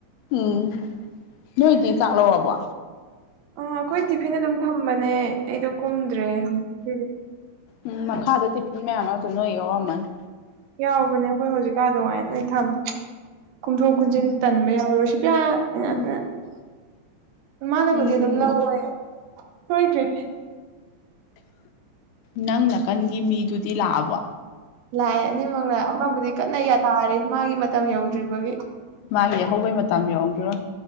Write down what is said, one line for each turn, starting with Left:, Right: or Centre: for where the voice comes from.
Left: ꯎꯝ ꯅꯣꯏꯗꯤ ꯆꯥꯛꯂꯣꯕꯣ
Right: ꯑ ꯑꯩꯈꯣꯏ ꯇꯤꯐꯤꯟ ꯑꯗꯨꯝ ꯊꯝꯕꯅꯦ ꯑꯩꯗꯣ ꯀꯨꯝꯗ꯭ꯔꯦꯗꯤ
Left: ꯎꯝ ꯃꯈꯥꯗ ꯇꯤꯐꯤꯟ ꯃꯌꯥꯝ ꯉꯛꯇ ꯅꯣꯏ ꯌꯥꯎꯔꯝꯃꯅꯤ
Right: ꯌꯥꯎꯕꯅꯦ ꯑꯩꯈꯣꯏ ꯍꯧꯖꯤꯛꯀꯥ ꯑꯗꯨꯃꯥꯏꯅ ꯂ ꯊꯝꯃꯦ ꯀꯨꯝꯊꯣꯛ ꯀꯨꯝꯖꯤꯟ ꯇꯟꯕ ꯌꯥꯎꯔ ꯁꯤ ꯀ <unintelligible>
Left: ꯎꯝ
Right: <inaudible> ꯃꯥꯅꯕꯨꯗꯤ
Left: ꯎꯝ
Right: ꯑꯗꯨꯝ ꯂꯧꯑꯣ ꯂꯣꯏꯈ꯭꯭ꯔꯔꯤ
Left: ꯅꯪ ꯅꯥꯀꯟꯒꯤ ꯃꯤꯗꯨꯗꯤ ꯂꯥꯛꯑꯕꯣ
Right: ꯂꯥꯛꯑ ꯑꯅꯤꯃꯛꯅ ꯑꯃꯕꯨꯗꯤ ꯀꯟꯅ ꯌꯥꯇꯥꯔꯤ ꯃꯥꯒꯤ ꯃꯇꯝ ꯌꯧꯗ꯭ꯔꯤꯕꯒꯤ
Left: ꯃꯥꯒꯤ ꯑꯍꯧꯕꯩ ꯃꯇ ꯌꯎꯔꯝꯒꯤꯔꯣ